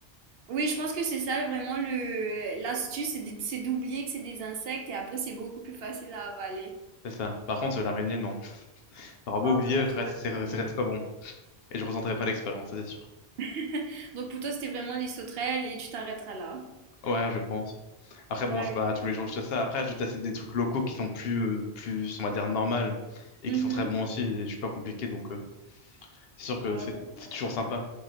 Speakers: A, on the right; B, on the left.
A: Oui, je pense que c'est ça vraiment le l'astuce, c'est d c'est d'oublier que c'est des insectes et après c'est beaucoup plus facile à avaler.
B: C'est ça. Par contre, euh, l'araignée, non. T'auras beau
A: Non,
B: oublier,
A: Non,
B: ça
A: c'est
B: reste-
A: pas du
B: c'est
A: tout
B: c'est
A: aimé.
B: resté pas bon. Et je ressentais pas l'expérience, ça, c'est sûr.
A: <laughs> Donc pour toi, c'était vraiment les sauterelles et tu t'arrêteras là.
B: Ouais, je pense. Après,
A: ouais.
B: bon, c'est pas tous les jours que je teste ça. Après, je teste des trucs locaux qui sont plus, euh, plus, on va dire, normal et
A: Mhm.
B: qui sont très bons aussi. Et je suis pas compliqué, donc euh, c'est sûr que
A: Ah,
B: c'est
A: d'accord.
B: c'est toujours sympa.